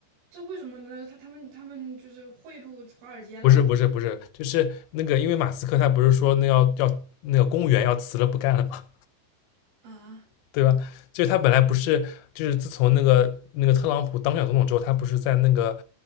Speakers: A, on the right (about 75°); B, on the left (about 85°).
A: 这为什么呢？他他们他们就是贿赂华尔街啦？
B: 不是不是不是，就是那个，因为马斯克他不是说那要要那个公务员要辞了不干了吗？
A: 啊，
B: 对吧？就是他本来不是，就是自从那个那个特朗普当选总统之后，他不是在那个